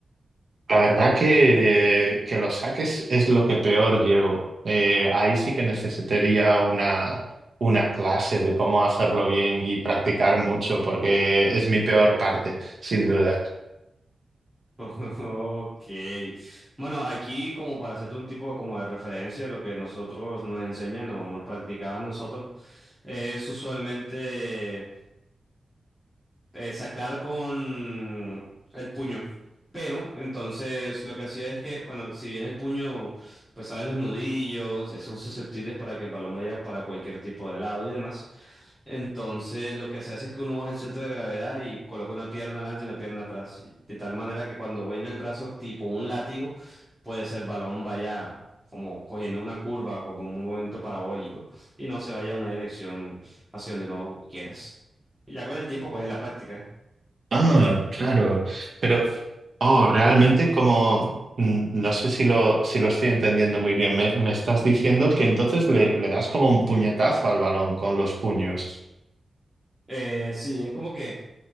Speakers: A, on the right (about 50°); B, in the centre.
A: La verdad que, que los saques es lo que peor llevo. Eh, ahí sí que necesitaría una, una clase de cómo hacerlo bien y practicar mucho, porque es mi peor parte, sin duda.
B: <laughs> Ok. Bueno, aquí como para hacerte un tipo como de referencia, lo que nosotros nos enseñan o nos practicaban nosotros es usualmente eh, sacar con el puño. Pero entonces lo que hacía es que, bueno, si bien el puño, pues sabe los nudillos, eh, son susceptibles para que el balón vaya para cualquier tipo de lado y demás. Entonces lo que se hace es que uno baja el centro de gravedad y coloca una pierna adelante y una pierna atrás, y de tal manera que cuando venga el brazo tipo un látigo, pues el balón vaya como cogiendo una curva, como un movimiento parabólico, y no se vaya a una dirección hacia donde no quieras. Y ya con el tiempo, pues es la práctica.
A: Ah, ah, claro. Pero, oh, realmente como, mm, no sé si lo, si lo estoy entendiendo muy bien, me, me estás diciendo que entonces le, le das como un puñetazo al balón con los puños.
B: Eh, sí, es como que